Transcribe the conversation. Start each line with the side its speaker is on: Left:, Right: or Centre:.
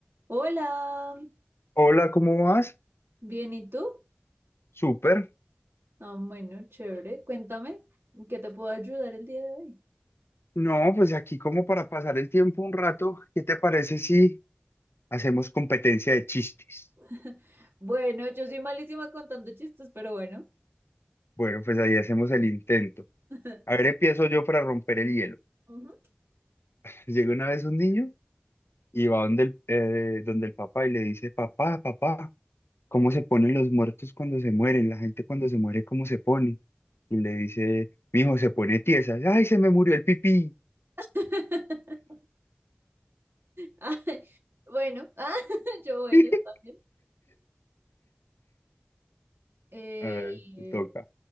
Right: Hola,
Left: Hola, ¿cómo vas?
Right: bien, ¿y tú?
Left: Súper.
Right: Ah, bueno, chévere. Cuéntame, ¿en ¿qué te puedo ayudar el día de hoy?
Left: No, pues aquí como para pasar el tiempo un rato, ¿qué te parece si hacemos competencia de chistes?
Right: <laughs> Bueno, yo soy malísima contando chistes, pero bueno.
Left: Bueno, pues ahí hacemos el intento.
Right: <laughs>
Left: A ver, empiezo yo para romper el hielo.
Right: Ujú.
Left: Llega una vez un niño y va donde el, eh, donde el papá y le dice, papá, papá, ¿cómo se ponen los muertos cuando se mueren? La gente cuando se muere, ¿cómo se pone? Y le dice, mijo, se pone tiesa. Ay, se me murió el pipí.
Right: <laughs> Ay, bueno, ah, <laughs> yo bueno,
Left: <laughs>
Right: está bien. Eh,
Left: A ver, te toca.